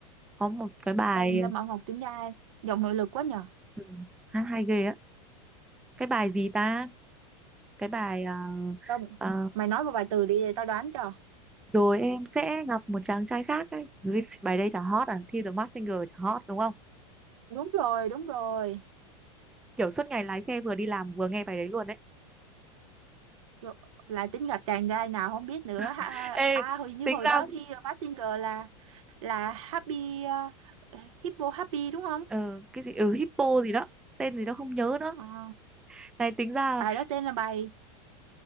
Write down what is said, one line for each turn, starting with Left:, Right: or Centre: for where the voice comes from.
Centre: có một cái bài
Right: Ê, Lâm Bảo Ngọc tính ra giọng nội lực quá nhờ
Centre: ừ, hát hay ghê á cái bài gì ta cái bài ờ,
Right: đâu
Centre: ờ,
Right: mày nói một vài từ đi tao đoán cho
Centre: rồi em sẽ gặp một chàng trai khác ấy Ui, bài đây chả hot à Thi The Masked Singer chả hot đúng không
Right: đúng rồi đúng rồi,
Centre: kiểu suốt ngày lái xe vừa đi làm vừa nghe bài đấy luôn đấy
Right: rồi là tính gặp chàng trai nào không biết nữa ha
Centre: <laughs> ê
Right: à hồi như
Centre: tính
Right: hồi
Centre: ra
Right: đó thi Mask Singer là là Happy ờ, Hippo Happy đúng không
Centre: ờ, cái gì ừ, Hippo gì đó tên gì đó không nhớ nữa
Right: Ờ,
Centre: này tính ra
Right: bài đó tên là bài